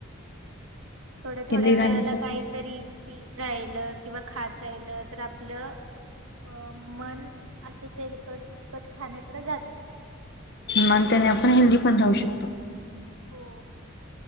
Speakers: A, on the right (about 75°); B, on the left (about 55°).
A: थोड्या थोड्या
B: हेल्दी
A: वेळाला
B: राहण्यासाठी
A: काहीतरी पित राहिल किंवा खात राहिल तर आपलं - अ मन असं तेलकट तुपकट खाण्याकड जात नाही.
B: मग त्याने आपण हेल्दी पण राहू शकतो.
A: हो